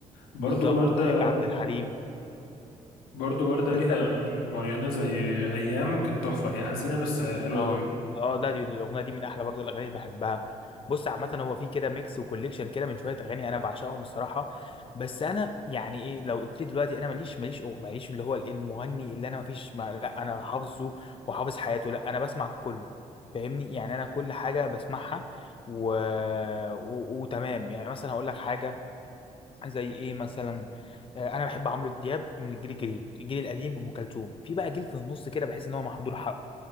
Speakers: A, on the left (about 85°); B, on the left (about 35°).
A: برضو
B: بالظبط
A: وردة
B: وبحب عبد الحليم
A: برضو وردة
B: بس
A: ليها أغاني معينة زي أيام كانت تحفة هي حزينة بس حلوة
B: اه
A: قوي
B: اه لا دي الاغنيه دي من احلى برضه الاغاني اللي بحبها بص عامه هو في كده ميكس وكوليكشن كده من شويه اغاني انا بعشقهم الصراحه بس انا يعني ايه لو قلت لي دلوقتي انا ماليش ماليش أغ- ماليش اللي هو الإيه المغني اللي انا مفيش ما لا انا حافظه وحافظ حياته لا انا بسمع كله فاهمني يعني انا كل حاجه بسمعها و... و... وتمام يعني مثلا هقول لك حاجه زي ايه مثلا آه، انا بحب عمرو دياب من الجيل الجديد الجيل القديم ام كلثوم في بقى جيل في النص كده بحس ان هو محضور حقه